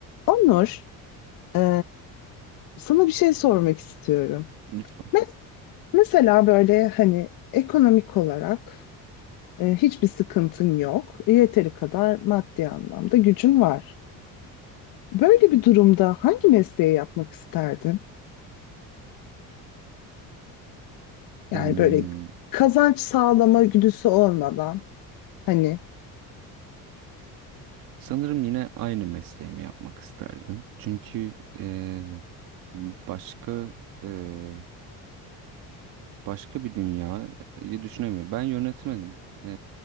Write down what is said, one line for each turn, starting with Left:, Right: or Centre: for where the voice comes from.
Left: Onur, e, sana bir şey sormak istiyorum.
Right: Lütfen.
Left: Me- mesela böyle hani ekonomik olarak e, hiçbir sıkıntın yok. E, Yeteri kadar maddi anlamda gücün var. Böyle bir durumda hangi mesleği yapmak isterdin? Yani
Right: Em,
Left: böyle kazanç sağlama güdüsü olmadan hani
Right: sanırım yine aynı mesleğimi yapmak isterdim. Çünkü e, başka e, başka bir dünyayı düşünemiyorum. Ben yönetmenim E,